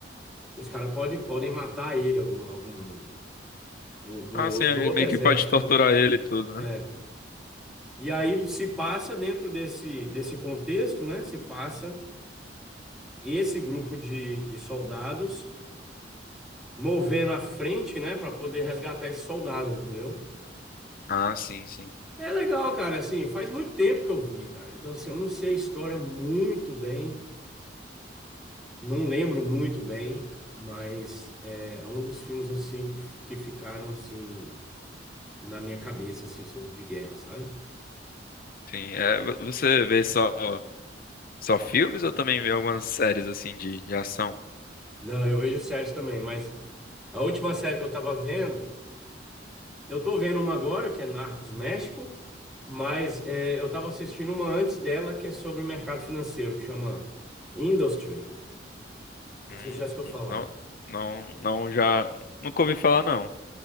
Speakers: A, in the centre; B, on the left (about 50°).
A: Os caras podem, podem matar ele, algum, algum do, do,
B: Ah, sim, é,
A: do outro
B: meio
A: exército,
B: que pode torturar
A: né?
B: ele e tudo, né?
A: É. E aí se passa dentro desse, desse contexto, né? Se passa esse grupo de, de soldados movendo à frente, né? Para poder resgatar esses soldados, entendeu?
B: Ah, sim, sim.
A: É legal, cara. Assim, faz muito tempo que eu vi, cara. Então, assim, eu não sei a história muito bem, não lembro muito bem, mas é, é um dos filmes assim que ficaram assim na minha cabeça, assim, sobre de guerra, sabe?
B: Sim, é, vo- você vê só só filmes ou também vê algumas séries assim de, de ação?
A: Não, eu vejo séries também, mas a última série que eu tava vendo, eu tô vendo uma agora, que é Narcos México, mas é, eu tava assistindo uma antes dela, que é sobre o mercado financeiro, que chama Industry. Não
B: Hum,
A: sei se já escutou falar.
B: não, não, não, já nunca ouvi falar não.